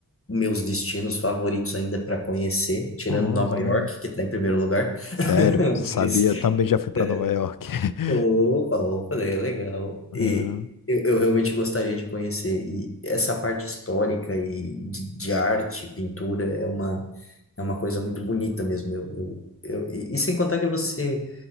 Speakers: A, on the left; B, on the left.
A: meus destinos favoritos ainda para conhecer, tirando
B: Nossa,
A: Nova York,
B: legal.
A: que está em primeiro lugar. <laughs>
B: Sério, sabia?
A: Mas,
B: Eu também já fui para
A: é,
B: Nova York. <laughs>
A: Opa, opa, daí é legal.
B: Aham.
A: E eu, eu realmente gostaria de conhecer. E essa parte histórica e de, de arte, pintura, é uma, é uma coisa muito bonita mesmo. Eu, eu, eu, e, e sem contar que você